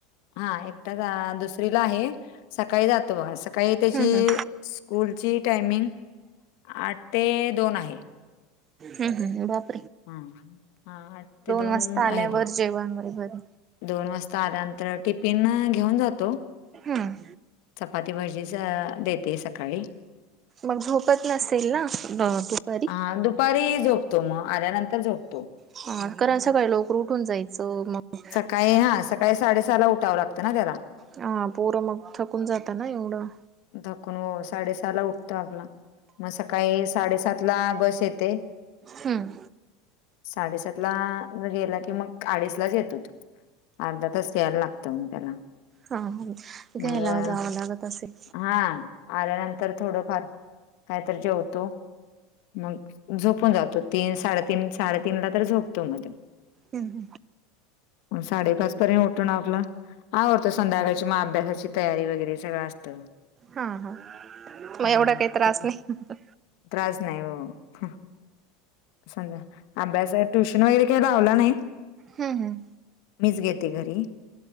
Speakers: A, on the left; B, on the right.
A: हा एकटा. दुसरीला आहे सकाळी जातो बघा सकाळी- सकाळी त्याची
B: हं हं.
A: स्कूलची टायमिंग आठ ते दोन आहे.
B: हम् हम्. बाप-
A: हं. हा आठ ते दोन
B: वाजता आल्यावर
A: आहे-
B: जेवण वगैरे.
A: दोन वाजता आल्यानंतर टिफिन घेऊन जातो.
B: हम.
A: चपाती भाजीच देते सकाळी.
B: मग झोपत नसेल ना दुपारी?
A: हा दुपारी झोपतो मग. आल्यानंतर झोपतो.
B: हा कारण सकाळी लवकर उठून जायचं मग-
A: सकाळी हा. सकाळी साडेसहाला उठावं लागतं ना त्याला?
B: हा. पोरं मग थकून जाता ना एवढं?
A: थकून हो. साडेसहा ला उठतो आपला म- काळी साडेसातला बस येते.
B: हम.
A: साडेसात ला गेला की मग अडीच लाच येतो तो. अर्धा तास यायला लागतो मग त्याला.
B: हा ह. घ्यायला
A: मग
B: जावं लागत असेल?
A: हा. आल्यानंतर थोडंफार काहीतरी जेवतो. मग झोपून जातो. तीन साडेतीन साडेतीन ला तर झोपतो म तो.
B: हम्. हम्म.
A: मग साडेपाच पर्यंत उठुन आपलं- आवरतो. संध्याकाळची म अभ्यासाची तयारी वगैरे सगळं असतं.
B: हा, हां. मग
A: हा
B: एवढा काही त्रास
A: ते
B: नाही.
A: त्रास नाही हो. समजा अभ्यास ट्युशन वगैरे तो लावला नाही.
B: हम् हम.
A: मीच घेते घरी.